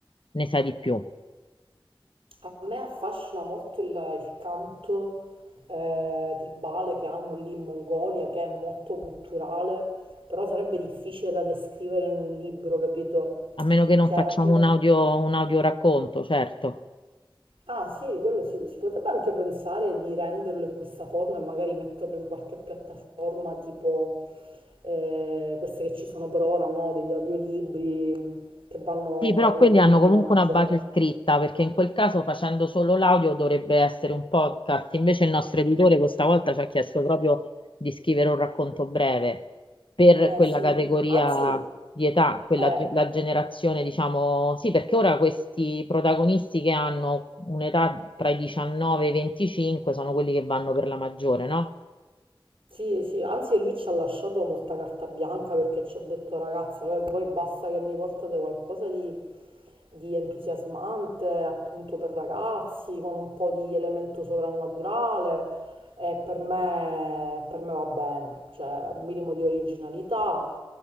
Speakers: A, on the left; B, on the right.
A: ne sai di più.
B: A me affascina molto il, il canto eh, tribale che hanno lì in Mongolia, che è molto culturale, però sarebbe difficile da descrivere in un libro, capito?
A: A meno che non
B: Cioè,
A: facciamo
B: è un con-
A: un audio, un audio racconto, certo.
B: Ah sì, quello sì, si potrebbe anche pensare di renderlo in questa forma e magari metterlo in qualche piattaforma tipo eh, queste che ci sono per ora, no? Degli audiolibri che vanno,
A: Sì, però
B: vanno
A: quelli
B: proprio
A: hanno
B: per
A: comunque
B: la maggiore.
A: una base scritta, perché in quel caso facendo solo l'audio dovrebbe essere un podcast. Invece il nostro editore questa volta ci ha chiesto proprio di scrivere un racconto breve per
B: Eh
A: quella
B: sì,
A: categoria
B: anzi,
A: di età, quella,
B: eh,
A: ge- la generazione, diciamo, sì, perché ora questi protagonisti che hanno un'età tra i 19 e i 25 sono quelli che vanno per la maggiore, no?
B: Sì, sì, anzi lui ci ha lasciato molta carta bianca perché ci ha detto ragazze, eh, voi basta che mi portate qualcosa di, di entusiasmante, appunto per ragazzi, con un po' di elemento sovrannaturale e per me, per me va bene, cioè un minimo di originalità,